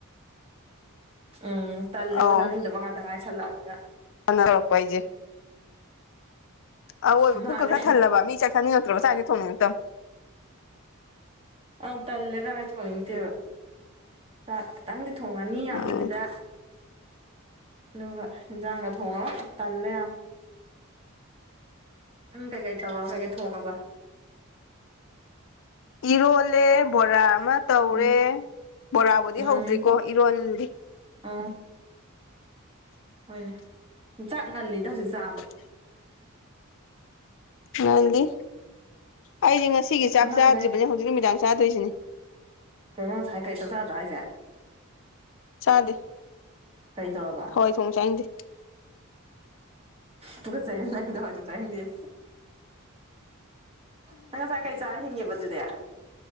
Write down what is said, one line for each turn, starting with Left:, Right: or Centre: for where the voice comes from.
Right: ꯎꯝ ꯇꯜꯂꯦ
Left: ꯑꯧ
Right: ꯃꯣꯏ ꯆꯥꯅꯤꯡꯗꯕ ꯉꯥꯛꯇ ꯉꯥꯏꯁꯜꯂꯛꯑꯝꯅꯤꯅ
Left: ꯇꯧꯔꯛꯄ ꯍꯥꯏꯁꯦ ꯑꯋꯣꯏꯕ
Right: ꯃꯥꯅꯦ
Left: ꯄꯨꯛꯀ ꯈꯔ ꯊꯜꯂꯕ ꯃꯤ ꯆꯥꯛ ꯆꯅꯤꯡ ꯉꯛꯇꯔꯕ ꯆꯛ ꯍꯦꯛꯇꯥ ꯊꯣꯡꯅꯤꯉꯛ ꯇꯝ
Right: ꯑ ꯇꯜꯂꯦꯕ ꯑꯩ ꯊꯣꯡꯅꯤꯡꯇꯦꯕ ꯆꯥꯛ ꯈꯤꯇꯪꯗꯤ ꯊꯣꯡꯉꯅꯤ ꯌꯥꯝꯗꯕꯤꯗ
Left: ꯎꯝ
Right: ꯑꯗꯨꯒ ꯏꯟꯖꯥꯡꯒ ꯊꯣꯡꯉꯔꯣꯏ ꯇꯜꯂꯦ ꯌꯥꯝ ꯎꯝ ꯀꯩꯀꯩ ꯇꯧꯔꯕ ꯀꯩꯀꯩ ꯊꯣꯡꯉꯕ
Left: ꯏꯔꯣꯜꯂꯦ ꯕꯣꯔꯥ ꯑꯃ ꯇꯧꯔꯦ
Right: ꯎꯝ
Left: ꯕꯣꯔꯥꯕꯨꯗꯤ
Right: ꯎꯝ
Left: ꯍꯧꯗ꯭ꯔꯤꯀꯣ ꯏꯔꯣꯜꯂꯤ
Right: ꯑꯣ ꯍꯣꯏꯅꯦ ꯆꯥꯛ ꯉꯜꯂꯤꯗ ꯍꯧꯖꯤꯛ ꯆꯥꯕ
Left: <unintelligible> ꯉꯜꯂꯤ ꯑꯩꯗꯤ ꯉꯁꯤꯒꯤ ꯆꯥꯛ
Right: ꯑꯉꯥꯡꯈꯩ
Left: ꯆꯥꯗ꯭ꯔꯤꯕꯅꯦ ꯍꯧꯖꯤꯛ ꯅꯨꯃꯤꯗꯥꯡ ꯆꯥꯗꯣꯏꯁꯤꯅꯤ
Right: ꯀꯩꯅꯣ ꯉꯁꯥꯏꯈꯩ ꯆꯥꯛ ꯆꯥꯗ꯭ꯔꯣ ꯍꯥꯏꯁꯦ
Left: ꯆꯥꯗꯦ
Right: ꯀꯩ ꯇꯧꯔꯕ
Left: ꯍꯋꯥꯏꯊꯣꯡ ꯆꯅꯤꯡꯗꯦ
Right: ꯇꯨꯀꯥꯛꯆꯩꯍꯦ ꯅꯪꯁꯨ ꯍꯥꯋꯥꯏ ꯊꯣꯡ ꯆꯅꯤꯡꯗꯦꯌꯦ ꯅꯪ ꯉꯁꯥꯏ ꯀꯩ ꯆꯥꯔ ꯍꯤꯡꯉꯦꯕ ꯑꯗꯨꯗꯤ